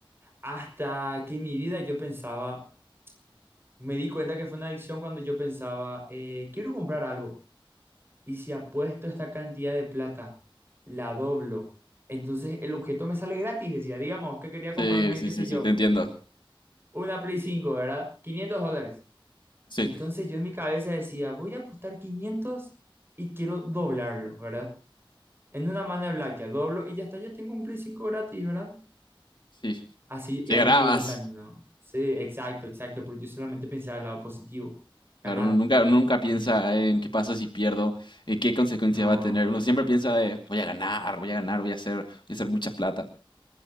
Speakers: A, on the right (about 25°); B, on the left (about 60°).
A: Hasta que en mi vida yo pensaba, me di cuenta que fue una adicción cuando yo pensaba, eh, quiero comprar algo. Y si apuesto esta cantidad de plata, la doblo. Entonces el objeto me sale gratis, decía, digamos, que quería comprarme,
B: Sí, sí,
A: qué
B: sí,
A: sé yo,
B: sí, te entiendo.
A: una Play cinco ¿verdad? quinientos dólares.
B: Sí,
A: Entonces yo en mi cabeza decía, voy a apostar 500 y quiero doblarlo, ¿verdad? En una mano de Blackjack, doblo y ya está, ya tengo un Play 5 gratis, ¿verdad?
B: sí.
A: Así,
B: Si
A: y ahí
B: ganabas.
A: me di cuenta, no. Sí, exacto, exacto, porque yo solamente pensaba el lado positivo,
B: Claro,
A: ganar.
B: uno nunca, nunca piensa
A: N-
B: en qué pasa si pierdo, en qué consecuencia
A: No.
B: va a tener. Uno siempre piensa, eh, voy a ganar, voy a ganar, voy a hacer, voy a hacer mucha plata.